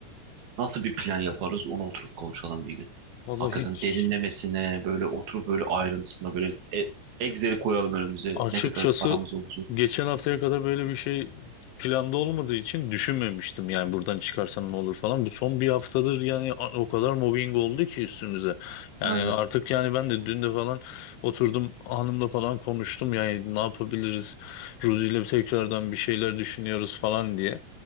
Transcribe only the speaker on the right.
Nasıl bir plan yaparız onu oturup konuşalım bir gün.
Hakikaten
derinlemesine böyle oturup böyle ayrıntısına böyle e- Excel'i koyalım önümüze.
Ne kadar paramız olacak.
Öyle.